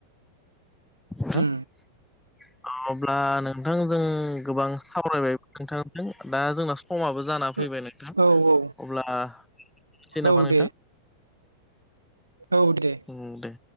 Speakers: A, in the centre; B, on the right.
A: हा औ
B: उम
A: अब्ला नोंथांजों गोबां सावरायबाय नोंथांजों दा जोंना समाबो जानाना फैबाय
B: ओ-
A: न
B: औ औ
A: अब्ला दोनथ'सै नामा
B: औ
A: नोंथां
B: दे औ दे
A: उम दे